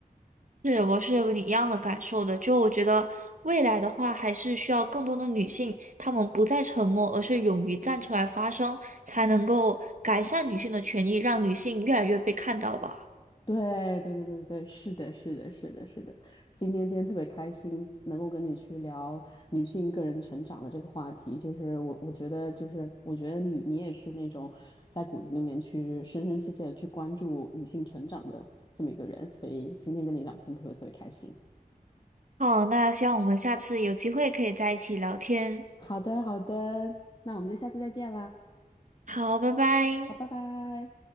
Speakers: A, on the right; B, on the left.
A: 是，我是有跟你一样的感受的。就我觉得未来的话，还是需要更多的女性，她们不再沉默，而是勇于站出来发声，才能够改善女性的权益，让女性越来越被看到吧。
B: 对对对对对，是的，是的，是的，是的。今天今天特别开心，能够跟你去聊女性个人成长的这个话题。就是我我觉得，就是我觉得你你也是那种在骨子里面去深深切切的去关注女性成长的这么一个人，所以今天跟你聊天特别特别开心。
A: 好，那希望我们下次有机会可以在一起聊天。
B: 好的，好的，那我们就下次再见啦。
A: 好，拜拜。
B: 好，拜拜。